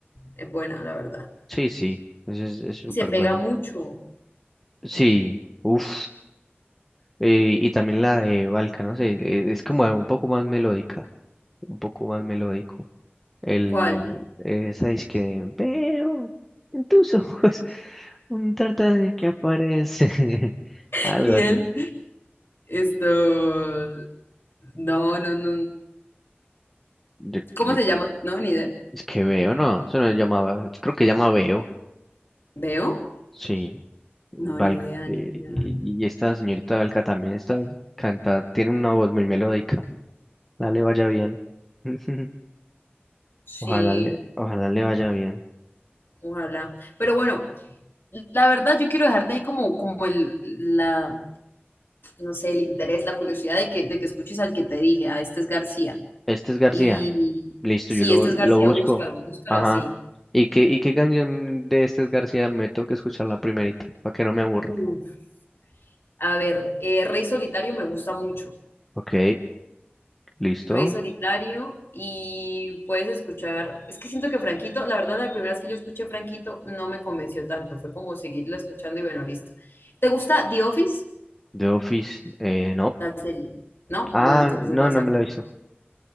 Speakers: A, on the left; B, in the centre.
A: es buena, la verdad.
B: Sí, sí. Eso es es súper
A: Y se pega
B: bueno.
A: mucho.
B: Sí. Uf. Eh, y también la de Valka, no sé, eh, es como un poco más melódica, un poco más melódico. El,
A: ¿Cuál?
B: esa disque veo en tus ojos <laughs> un de que aparece, <laughs>
A: <laughs>
B: algo
A: Y
B: así.
A: él, esto, no, no, no.
B: Yo,
A: ¿Cómo
B: yo-
A: se llama? No, ni idea.
B: es que veo, no, eso no llamaba, creo que llama veo,
A: ¿Veo?
B: sí. Val-
A: No, ni idea,
B: eh,
A: ni idea.
B: y, y esta señorita Valka también está, canta, tiene una voz muy melódica. Ojalá le vaya bien. <laughs>
A: Sí,
B: Ojalá le, ojalá le vaya bien.
A: ojalá. Pero bueno, la verdad yo quiero dejarte ahí como, como el, la, no sé, el interés, la curiosidad de que, de que escuches al que te dije, a este es García.
B: Este es García.
A: Y
B: Listo,
A: sí,
B: yo lo,
A: este
B: lo
A: es García,
B: busco.
A: búscalo, búscalo
B: Ajá.
A: así.
B: ¿Y qué, y qué canción de Estes García me toca escuchar la primerita? Para que no me aburra.
A: Uf. A ver, eh, Rey Solitario me gusta mucho.
B: Ok, listo.
A: Rey Solitario y puedes escuchar, es que siento que Franquito, la verdad la primera vez que yo escuché Franquito no me convenció tanto, fue como seguirla escuchando y bueno, listo. ¿Te gusta The Office?
B: The Office, eh, no.
A: La serie, ¿no?
B: Ah,
A: Bueno, entonces
B: no,
A: no es
B: no
A: acá.
B: me lo he visto.